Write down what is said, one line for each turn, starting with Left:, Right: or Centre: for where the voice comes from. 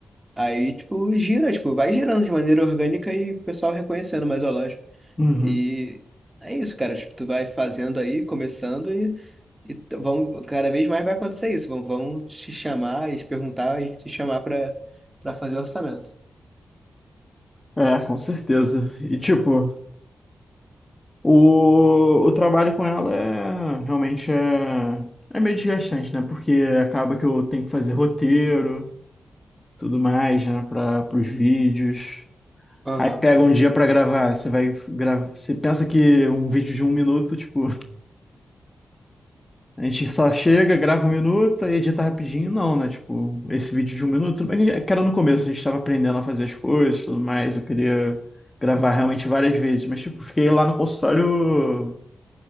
Right: Aí, tipo, gira, tipo, vai girando de maneira orgânica e o pessoal reconhecendo mais a loja.
Left: Uhum.
Right: E é isso, cara. Tipo, tu vai fazendo aí, começando e, e t- vão, cada vez mais vai acontecer isso. Vão, vão te chamar e te perguntar e te chamar pra, pra fazer orçamento.
Left: É, com certeza. E tipo, O, o trabalho com ela é realmente é, é meio desgastante, né? Porque acaba que eu tenho que fazer roteiro, tudo mais, né? Para os vídeos.
Right: Aham.
Left: Aí pega um dia para gravar. Você vai gravar. Você pensa que um vídeo de um minuto, tipo, a gente só chega, grava um minuto, aí edita rapidinho. Não, né? Tipo, esse vídeo de um minuto, tudo bem que era no começo, a gente estava aprendendo a fazer as coisas, tudo mais. Eu queria gravar realmente várias vezes, mas tipo, fiquei lá no consultório